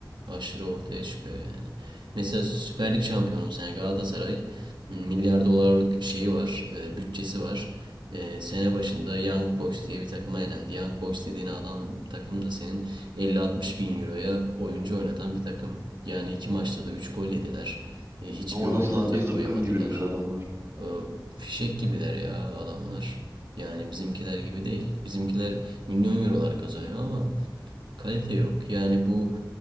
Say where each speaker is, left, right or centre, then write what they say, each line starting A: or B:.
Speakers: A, on the right (about 80°); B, on the right (about 35°).
A: aşırı ortaya çıkıyor yani. Mesela Süper Lig şampiyonu bu sene Galatasaray milyar dolarlık şeyi var, e, bütçesi var. E, sene başında Young Boys diye bir takıma elendi. Young Boys dediğin adam takım da senin 50-60 bin euroya oyuncu oynatan bir takım. Yani iki maçta da 3 gol yediler. E, hiçbir
B: Ama
A: oyun
B: nasıl
A: ortaya
B: abi zıpkın
A: koyamadılar.
B: gibiler adamlar.
A: E, fişek gibiler ya adamlar. Yani bizimkiler gibi değil. Bizimkiler milyon eurolar kazanıyor ama Kalite yok. Yani bu